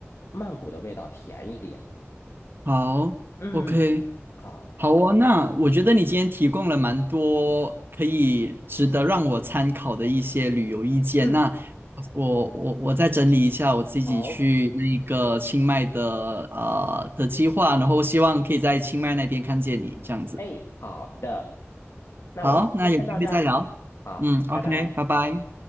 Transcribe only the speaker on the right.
好，OK。
好哦，那我觉得你今天提供了蛮多可以值得让我参考的一些旅游意见。
那我我我再整理一下我自己去那个清迈的呃的计划，
然后希望可以在清迈那边看见你这样子。
好，那有机会再聊。
嗯，OK，
拜拜。